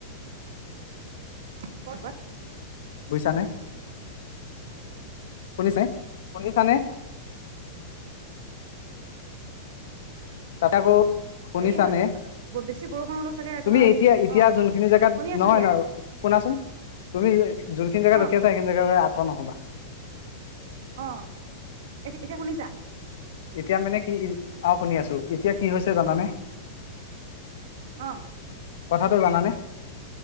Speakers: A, on the right; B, on the left.
A: <unintelligible>
B: বুজিছানে, শুনিছে? শুনিছানে? তাত আকৌ
A: অ',
B: শুনিছানে,
A: হেৰি হয় বেছি বৰষুণ হ'লেও চাগে
B: তুমি
A: তোমাৰ
B: এতিয়া, এতিয়া
A: অ',
B: যোনখিনি জেগাত
A: শুনি আছো
B: নহয়,
A: দিয়া
B: নহয় শুনাচোন, তুমি যোনখিনি জেগাত
A: অ',
B: ৰখি আছা, সেইখিনি জেগালৈ আ নহ'বা
A: অ, এতিয়া শুনিছা?
B: এতিয়া মানে কি? অ, শুনি আছো এতিয়া, কি হৈছে জানানে?
A: অ',
B: কথাটো জানানে